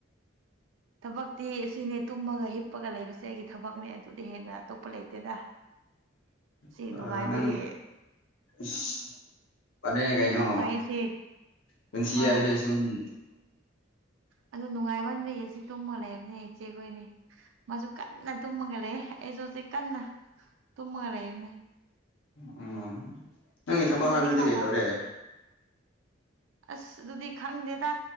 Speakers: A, on the right; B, on the left.
A: ꯊꯕꯛꯇꯤ ꯁꯤꯅꯦ ꯇꯨꯝꯃꯒ ꯍꯤꯞꯄꯒ ꯂꯩꯕꯁꯦ ꯑꯩꯒꯤ ꯊꯕꯛꯅꯦ ꯑꯗꯨꯗꯤ ꯍꯦꯟꯅ ꯑꯇꯣꯞꯄ ꯂꯩꯇꯦꯗ
B: <unintelligible>
A: ꯁꯤ
B: ꯑ
A: ꯅꯨꯡꯉꯥꯏꯕꯒꯤ
B: ꯅꯪ ꯏꯁ <unintelligible>
A: ꯅꯨꯡꯉꯥꯏꯌꯦꯁꯤ
B: ꯄꯨꯟꯁꯤ
A: ꯍꯣꯏ
B: ꯍꯥꯏꯕꯁꯤ ꯁꯤꯅꯤ
A: ꯑꯗꯨ ꯅꯨꯡꯉꯥꯏꯃꯟꯕꯒꯤ ꯁꯤ ꯇꯨꯝꯃ ꯂꯩꯕꯅꯦ ꯏꯆꯦꯈꯣꯏꯅꯤ ꯃꯥꯁꯨ ꯀꯟꯅ ꯇꯨꯝꯃꯒ ꯂꯩ ꯑꯩꯁꯨ ꯍꯧꯖꯤꯛ ꯀꯟꯅ ꯇꯨꯝꯃꯒ ꯂꯩꯕꯅꯦ
B: ꯎꯝ ꯅꯪꯒꯤ ꯊꯕꯛ
A: ꯅꯣꯏꯗꯤ
B: ꯍꯥꯏꯕꯗꯨꯗꯤ
A: ꯀꯅꯥ
B: ꯀꯩꯇꯧꯔꯦ
A: ꯀꯅꯥ ꯑꯁ ꯑꯗꯨꯗꯤ ꯈꯪꯗꯦꯗ